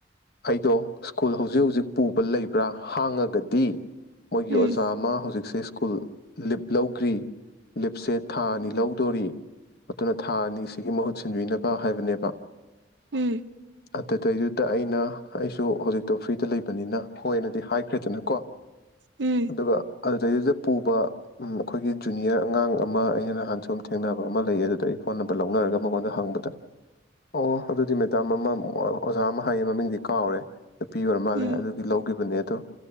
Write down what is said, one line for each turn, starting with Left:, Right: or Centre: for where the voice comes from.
Left: ꯑꯩꯗꯣ ꯁ꯭ꯀꯨꯜ ꯍꯧꯖꯤꯛ ꯍꯧꯖꯤꯛ ꯄꯨꯕ ꯂꯩꯕ꯭ꯔꯥ ꯍꯥꯡꯉꯒꯗꯤ ꯃꯣꯏꯒꯤ
Right: ꯎꯝ
Left: ꯑꯣꯖꯥ ꯑꯃ ꯍꯧꯖꯤꯛꯁꯦ ꯁ꯭ꯀꯨꯜ ꯂꯤꯞ ꯂꯧꯈ꯭ꯔꯤ ꯂꯤꯞꯁꯦ ꯊꯥ ꯑꯅꯤ ꯂꯧꯗꯣꯔꯤ ꯑꯗꯨꯅ ꯊꯥ ꯑꯅꯤꯁꯤꯒꯤ ꯃꯍꯨꯠ ꯁꯤꯟꯕꯤꯅ ꯕ ꯍꯥꯏꯕꯅꯦꯕ
Right: ꯎꯝ
Left: ꯑꯗꯨꯗꯩꯗꯨꯗ ꯑꯩꯅ ꯑꯩꯁꯨ ꯍꯧꯖꯤꯛꯇꯣ ꯐ꯭ꯔꯤꯗ ꯂꯩꯕꯅꯤꯅ ꯍꯣꯏꯅꯗꯤ ꯍꯥꯏꯈ꯭ꯔꯦꯗꯅꯀꯣ
Right: ꯎꯝ
Left: ꯑꯗꯨꯒ ꯑꯗꯨꯗꯩꯗꯨꯗ ꯄꯨꯕ ꯎꯝ ꯑꯩꯈꯣꯏꯒꯤ ꯖꯨꯅꯤꯌꯔ ꯑꯉꯥꯡ ꯑꯃ ꯑꯩꯅ ꯅꯍꯥꯟ ꯁꯨꯝ ꯊꯦꯡꯅꯕ ꯑꯃ ꯂꯩꯌꯦ ꯑꯗꯨꯗ ꯑꯩ ꯐꯣꯟ ꯅꯝꯕꯔ ꯂꯧꯅꯔꯒ ꯃꯉꯣꯟꯗ ꯍꯪꯕꯗ ꯑꯣ ꯑꯗꯨꯗꯤ ꯃꯦꯗꯥꯝ ꯑꯃ ꯑꯣꯖꯥ ꯑꯃ ꯍꯥꯏꯌꯦ ꯃꯃꯤꯡꯗꯤ ꯀꯥꯎꯔꯦ ꯅꯨꯄꯤ ꯑꯣꯏꯔ ꯃꯥꯜꯂꯦ
Right: ꯎꯝ
Left: ꯑꯗꯨꯗꯤ ꯂꯧꯒꯤꯕꯅꯦ ꯑꯗꯣ